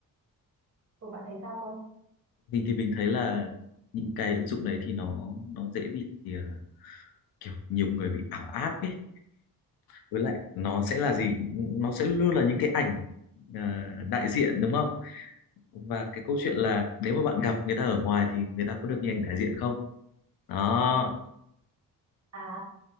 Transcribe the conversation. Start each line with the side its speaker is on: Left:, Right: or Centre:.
Right: ừ, bạn thấy sao không
Left: mình thì mình thấy là những cái ứng dụng đấy thì nó nó dễ bị ờ, kiểu nhiều người bị ảo áp ấy với lại nó sẽ là gì nó sẽ luôn là những cái ảnh ờ, đại diện đúng không và cái câu chuyện là nếu mà bạn gặp người ta ở ngoài thì người ta có được như ảnh đại diện không đó
Right: à